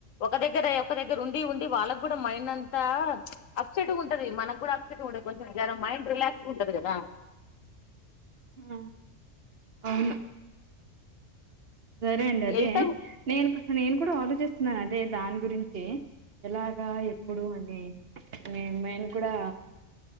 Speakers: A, on the left (about 85°); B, on the right (about 55°).
A: ఒక దగ్గర ఒక దగ్గర ఉండి ఉండి వాళ్ళకు కూడా మైండ్ అంతా అప్సెట్ గుంటది మనగ్గూడా అప్సెట్ ఉండది కొంచెం జర మైండ్ రిలాక్స్ గుంటది కదా
B: ఆ! అవును సరే అండి అదే
A: వెళ్తావు
B: నేను నేను కూడా ఆలోచిస్తున్నాన దే దాని గురించే ఎలాగా ఎప్పుడు అని నేను మేం కూడా